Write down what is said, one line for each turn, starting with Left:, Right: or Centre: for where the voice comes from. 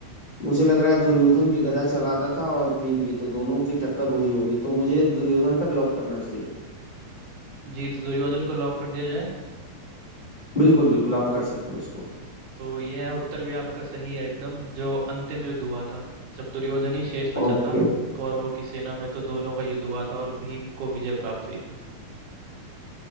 Left: मुझे लग रहा है दुर्योधन भी गदा चलाता था और भीम भी तो दोनों की टक्कर हुई होगी तो मुझे दुर्योधन पर लॉक करना चाहिए
Right: जी तो दुर्योधन को लॉक कर दिया जाए
Left: बिल्कुल बिल्कुल आप कर सकते हो उसको
Right: तो यह है उत्तर भी आपका सही है एकदम जो अंतिम युद्ध हुआ था जब दुर्योधन ही शेष बचा
Left: ओके
Right: था कौरवों की सेना में तो दोनों का युद्ध हुआ था और भीम को विजय प्राप्त हुई थी